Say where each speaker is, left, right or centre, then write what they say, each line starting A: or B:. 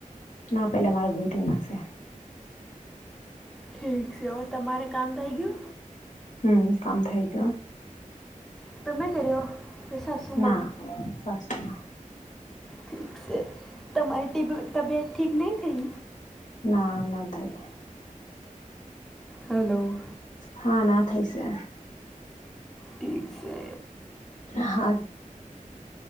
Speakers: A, on the left; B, in the centre.
A: ના, પેલા મારે ગોતીમાંસે
B: ઠીક છે ઓ તમારે કામ થઈ ગયુ
A: હમ કામ થાય ગ
B: તમે કર્યો કે સાસુમાં
A: ના સાસુમાં
B: ઠીક છે. તમારીબ તબિયત ઠીક નહીં થઈ
A: ના ના થાય.
B: હલો.
A: હા ના થાય છે.
B: ઠીક છે.
A: હા.